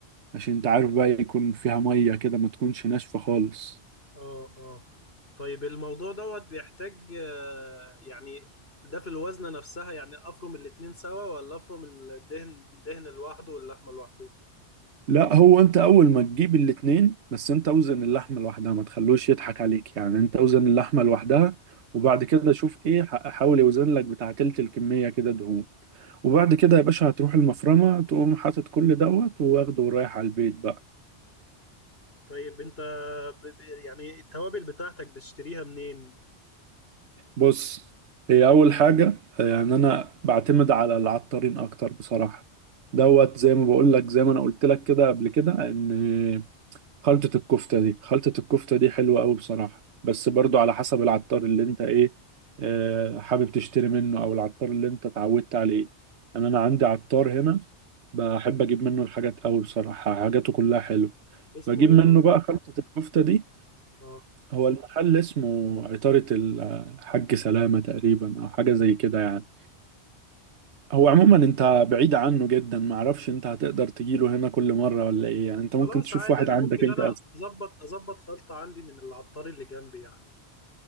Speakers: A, on the right; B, on the left.
A: عشان انت عارف بقى يكون فيها ميه كده ما تكونش ناشفه خالص
B: اه اه طيب الموضوع دوت بيحتاج آه، يعني ده في الوزنة نفسها يعني افرم الاتنين سوا ولا افرم الدهن دهن لوحده واللحمة لوحده
A: لا هو انت اول ما تجيب الاتنين بس انت اوزن اللحمه لوحدها ما تخلوش يضحك عليك يعني انت اوزن اللحمه لوحدها وبعد كده شوف ايه ح- حاول يوزن لك بتاع تلت الكميه كده دهون وبعد كده يا باشا هتروح المفرمة تقوم حاطط كل دوت واخده ورايح على البيت بقى
B: طيب انت ب- ب- يعني التوابل بتاعتك بتشتريها منين
A: بص هي أول حاجة يعني أنا بعتمد على العطارين أكتر بصراحة دوت زي ما بقول لك زي ما أنا قلت لك كده قبل كده إن خلطة الكفتة دي خلطة الكفتة دي حلوة أوي بصراحة بس برضو على حسب العطار اللي أنت إيه آه، حابب تشتري منه أو العطار اللي أنت اتعودت عليه يعني أنا عندي عطار هنا بحب اجيب منه الحاجات قوي بصراحة حاجاته كلها حلوة
B: اسمه
A: بجيب
B: ايه
A: منه
B: هو
A: بقى خلطة الكفتة دي
B: اه
A: هو المحل اسمه عطارة الحاج سلامة تقريبا او حاجة زي كده يعني هو عموما انت بعيد عنه جدا معرفش انت هتقدر تجيله هنا كل مرة ولا ايه يعني انت ممكن
B: خلاص
A: تشوف
B: عادي
A: واحد
B: انا
A: عندك
B: ممكن
A: انت
B: انا
A: أسهل.
B: اظبط اظبط خلطة عندي من العطار اللي جنبي يعني